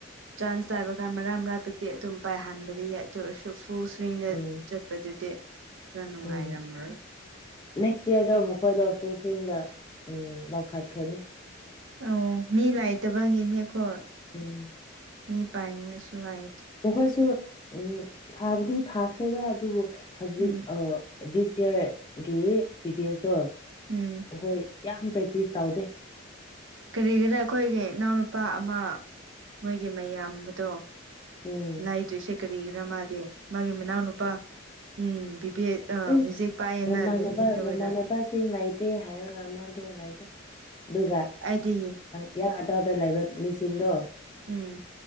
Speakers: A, on the right; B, on the left.
A: ꯆꯥꯟꯁ ꯂꯥꯏꯕ ꯀꯥꯟ ꯃꯔꯛ ꯃꯔꯛꯇꯛꯇꯤ ꯑꯗꯨꯝ ꯄꯥꯏꯍꯟꯕꯗꯤ ꯌꯥꯏ ꯑꯗꯨ ꯑꯣꯏꯔꯁꯨ ꯐꯨꯜ ꯁ꯭ꯋꯤꯡꯗ
B: ꯎꯝ
A: ꯆꯠꯄꯗꯨꯗꯤ ꯈꯔ ꯅꯨꯡꯉꯥꯏꯔꯝꯃꯔꯣꯏ
B: ꯎꯝ ꯅꯦꯛꯁ ꯌꯦꯔꯗ ꯃꯈꯣꯏꯗ ꯐꯨꯋꯗ ꯎ ꯂꯥꯎꯈꯠꯈ꯭ꯔꯅꯤ
A: ꯑꯣ ꯃꯤ ꯂꯥꯏꯇꯕꯒꯤꯅꯦꯈꯣ
B: ꯎꯝ
A: ꯃꯤ ꯄꯥꯏꯅꯨ ꯁꯨ ꯍꯥꯏ
B: ꯃꯈꯣꯏꯁꯨ ꯎ ꯐꯥꯕꯨꯗꯤ ꯐꯥꯈ꯭ꯔꯦꯗ ꯑꯗꯨꯕꯨ ꯍꯧꯖꯤꯛ
A: ꯎꯝ
B: ꯑ ꯗꯤꯁ ꯏꯌꯥꯔꯒꯤ ꯄꯤꯚꯤ ꯑꯦꯁꯇꯣ ꯑꯩꯈꯣꯏ
A: ꯎꯝ
B: ꯌꯥꯝ ꯄꯔꯛꯇꯤꯁ ꯇꯧꯗꯦ
A: ꯀꯔꯤꯒꯤꯔ ꯑꯩꯈꯣꯏꯒꯤ ꯏꯅꯥꯎꯅꯨꯄꯥ ꯑꯃ ꯃꯣꯏꯒꯤ ꯃꯌꯥꯝꯗꯣ
B: ꯎꯝ
A: ꯂꯥꯏꯗ꯭ꯔꯤꯁꯦ ꯀꯔꯤꯒꯤꯔ ꯃꯥꯗꯤ ꯃꯥꯒꯤ ꯃꯅꯥꯎꯅꯨꯄꯥ ꯎꯝ ꯕꯤꯕꯦꯛ ꯑ
B: ꯏꯁ
A: ꯃꯤꯖꯤꯛ ꯄꯥꯏꯌꯦꯅ
B: ꯃꯃꯥꯟꯅꯕ
A: ꯂꯩꯅꯤꯡꯗꯕꯩꯔꯥ
B: ꯃꯃꯥꯟꯅꯕꯁꯤꯡ ꯂꯩꯇꯦ ꯍꯥꯏꯔꯒ ꯃꯥꯗꯣ ꯂꯩꯔꯦ ꯑꯗꯨꯒ
A: ꯑꯩꯗꯤ
B: ꯏꯌꯥꯡ ꯑꯗꯥꯋꯥꯏꯗ ꯂꯩꯕ ꯃꯤꯁꯤꯡꯗꯣ
A: ꯎꯝ